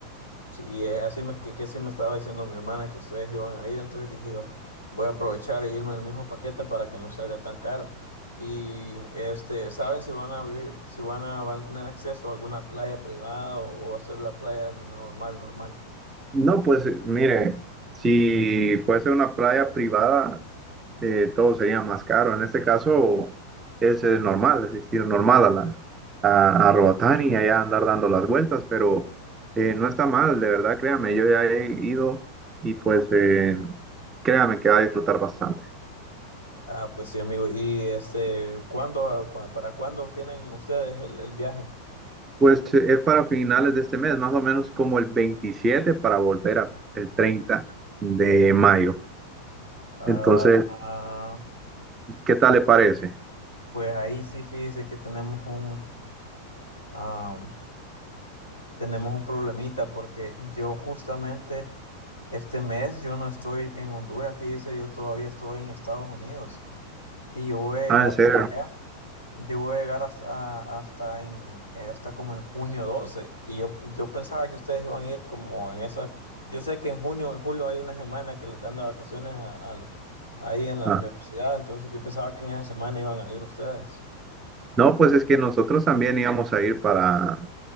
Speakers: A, on the left; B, on the right.
A: Sí, eh, así me, que, que así me estaba diciendo mi hermana que ustedes iban a ir, entonces dije yo, voy a aprovechar e irme en el mismo paquete para que no salga tan caro. Y este, ¿saben si van a abrir, si van a, van a tener acceso a alguna playa privada o, o va a ser la playa normal, normal?
B: No, pues eh, mire, si fuese una playa privada, eh, todo sería más caro. En este caso es, eh, normal, es decir, normal a, la, a, a Roatán y allá andar dando las vueltas, pero eh, no está mal, de verdad, créame, yo ya he ido y pues eh, créame que va a disfrutar bastante.
A: Ah, pues sí, amigo. ¿Y este, cuándo, cua- para cuándo tienen ustedes el, el viaje?
B: Pues eh, es para finales de este mes, más o menos como el 27 para volver a, el 30 de mayo.
A: Ah,
B: Entonces, ¿qué tal le parece?
A: Pues ahí sí, fíjese que tenemos un, am, tenemos un problemita porque yo justamente este mes yo no estoy en Honduras, fíjese, yo todavía estoy en Estados Unidos y yo voy a llegar
B: Ah, en serio.
A: hasta allá, yo voy a llegar hasta, hasta, en, eh, hasta como en junio 12 y yo, yo pensaba que ustedes iban a ir como en esa, yo sé que en junio, en julio hay una semana que les dan de vacaciones a- a- ahí en la
B: Ah.
A: universidad, entonces yo pensaba que en esa semana iban a ir ustedes.
B: No, pues es que nosotros también íbamos a ir para,